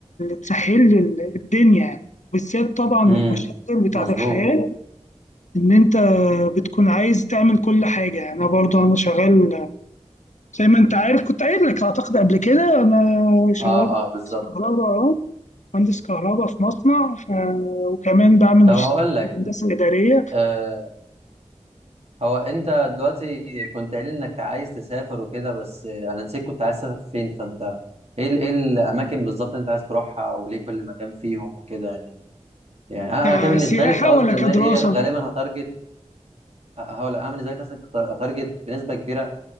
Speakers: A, on the left (about 75°); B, on the right (about 60°).
A: تسهل لي ال- الدنيا يعني بالذات طبعا المشاغل
B: امم
A: بتاعت
B: مظبوط
A: الحياة إن أنت بتكون عايز تعمل كل حاجة يعني أنا برضو أنا شغال زي ما أنت عارف كنت قايل لك أعتقد قبل كده أنا شغال
B: اه
A: مهندس
B: اه بالظبط
A: كهرباء أهو مهندس كهرباء في مصنع ف... وكمان بعمل
B: طب
A: ماجستير
B: هقول لك
A: في الهندسة الإدارية
B: آه هو انت دلوقتي كنت قايل انك عايز تسافر وكده بس آه، انا نسيت كنت عايز تسافر فين فانت ايه ال- ايه الاماكن بالظبط انت عايز تروحها وليه كل مكان فيهم وكده يعني يعني انا
A: كسياحة
B: أنا كده بالنسبه لي خلاص
A: ولا
B: بالنسبه
A: كدراسة؟
B: لي ايه غالبا هتارجت هقول لك، انا بالنسبه لي مثلا هتارجت بنسبه كبيره